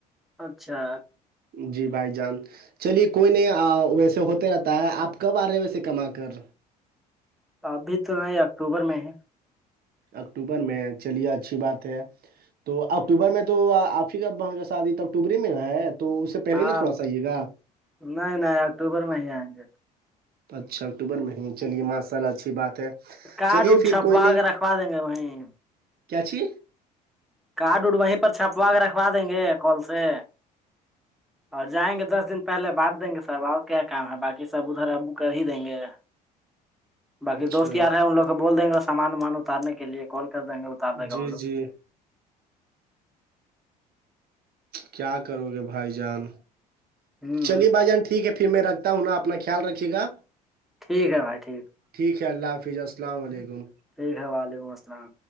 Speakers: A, in the centre; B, on the right.
A: اچھا
B: جی بھائی جان چلیے کوئی نہیں ویسے ہوتے رہتا ہے آپ کب آ رہے ہیں ویے کما کر
A: ابھی تو نہیں اکتوبر میں ہے
B: اکتوبر میں چلیے اچھی بات ہے تو اکتوبر میں تو آفی کا بہن کا شادی تو اکتوبری ہی میں ہے تو اس سے پہلے
A: ہاں
B: ہی نا تھوڑا سا آئیے گا
A: نہیں نہیں اکتوبر میں ہی آئیں گے
B: اچھا اکتوبر مہینے چلیے ماشاء اللہ اچھی بات ہے
A: کارڈ
B: چلیے
A: اڈ
B: پھر
A: چھپوا
B: کوئی نہیں
A: کے رکھوا دیں گے وہیں
B: کیا چھی
A: کڈ اڈ وہیں پر چھپوا کے رکھوا دیں گے کال سے اور جائیں گے دس دن پہلے باند دیں گے سب اور کیا کام ہے باقی سب ادھر ابو کر ہی دیں گے باقی
B: اچھا
A: دوست یار ہے ان لوگ کو بول دیں گے سامان وامان اتارنے کے لیے کال کر دیں گے اتار دے
B: جی
A: گا ان لوگ
B: جی کیا کرو گے بھائی جان
A: ہوں
B: چلیے بھائی جان ٹھیک ٹھیک ہے پھر میں رکھتا ہوں نا اپنا خیال رکے گا
A: ٹھیک ہے بھائی ٹھیک
B: ٹھیک ہے اللہ حافظ السلام علیکم
A: ٹھیک ہے وعلیکم السلام